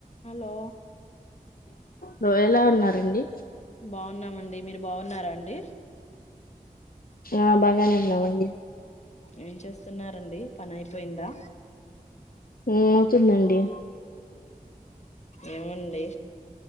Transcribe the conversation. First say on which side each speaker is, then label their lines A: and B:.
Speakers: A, on the left (about 50°); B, on the left (about 75°).
A: Hello
B: లో ఎలా ఉన్నారండి
A: బావున్నామండి, మీరు బావున్నారా అండి.
B: ఆ బాగానే ఉన్నావండి.
A: ఏం చేస్తున్నారండి. పనైయిపోయిందా
B: అవుతుందండి.
A: ఏవండి.